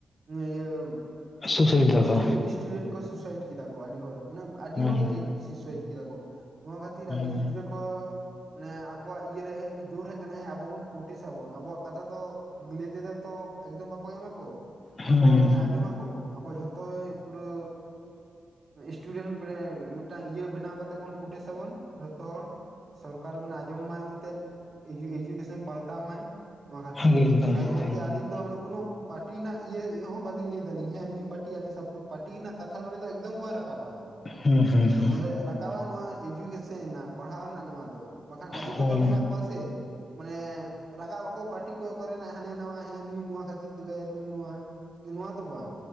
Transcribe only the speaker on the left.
ᱥᱩᱥᱟᱭᱤᱰ ᱫᱟᱠᱚ
ᱦᱮᱸ
ᱦᱮᱸ
ᱦᱩᱸ
ᱦᱮᱸ
ᱦᱮᱸ ᱮᱠᱫᱚᱢ
ᱮᱠᱫᱚᱢ
ᱦᱩᱸ
ᱦᱩᱸ ᱦᱩᱸ
ᱦᱳᱭ